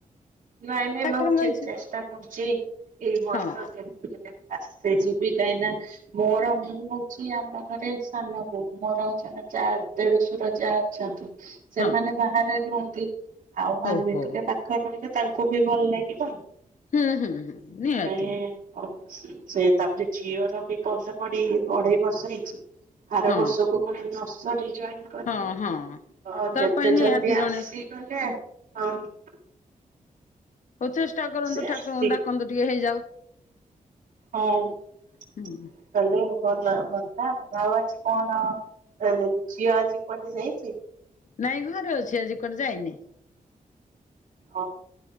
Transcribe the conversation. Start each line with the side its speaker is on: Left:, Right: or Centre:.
Right: ନାଇଁ ନାଇଁ
Left: ଠାକୁରଙ୍କ
Right: ମୁଁ ବି ଚେ-ଚେଷ୍ଟା
Left: ଇଚ୍ଛା
Right: କରୁଚି ଏଇ ବର୍ଷ
Left: ହଁ
Right: ଯେମତି ବି ହେଲେ ଆସି ଯିବି କାହିଁ ନା ମୋର ମୁଁ ହଉଛି ଆମ ଘରେ ସାନ ବୋହୁ ମୋର ଆଉ ଜଣେ ଯା ଦେଢଶୁର ଯା ଆ ସେମାନେ
Left: ହଁ
Right: ବାହାରେ ରୁହନ୍ତି ଆଉ
Left: ଓହୋ।
Right: ଆମେ ଟିକେ ପାଖା ପାତ୍ର ତାଙ୍କୁ ବି ଭଲ ଲାଗିବ
Left: ହୁଁ- ହୁଁ -ହୁଁ ନିହାତି
Right: ସେଥିପାଇଁ ଆଉ ତାପରେ ଝିଅର ବି ପଢା ପଢି ଅଢେଇ ବର୍ଷ ହେଇଛି। ଆର
Left: ହଁ
Right: ବର୍ଷକୁ ପୁଣି ନରସରି ଜଏନ କରିବ
Left: ହଁ ହଁ। ତା
Right: ଯେତେ
Left: ପାଇଁ ନିହାତି
Right: ଜଲଦି ଆସି
Left: ଜଣେ
Right: ଥଣ୍ଡା, ହଁ।
Left: ହଉ ଚେଷ୍ଟା କରନ୍ତୁ
Right: ସେ ଆସିଛି
Left: ଠାକୁରଙ୍କୁ ଡାକନ୍ତୁ ଟିକେ ହେଇଯାଉ
Right: ହଉଁ ହ୍ୟାଲୋ
Left: ହୁଁ
Right: ଭଲ ଭଲ ଆଉ ଆଜି କଣ ଝିଅ ଆଜି କୁଆଡେ ଯାଇଚି?
Left: ନାଇଁ ଘରେ ଅଛି ଆଜି କୁଆଡେ ଯାଇନି।
Right: ହ